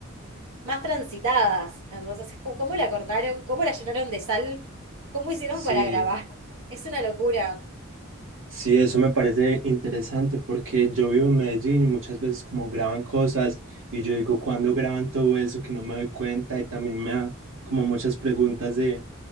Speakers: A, on the right; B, on the right.
A: más transitadas. Entonces, co- ¿cómo la cortaron? ¿Cómo la llenaron de sal? ¿Cómo hicieron
B: Sí.
A: para grabar? <laughs> Es una locura.
B: Sí, eso me parece interesante porque yo vivo en Medellín y muchas veces como graban cosas y yo digo, ¿cuándo graban todo eso que no me doy cuenta? Y también me da como muchas preguntas de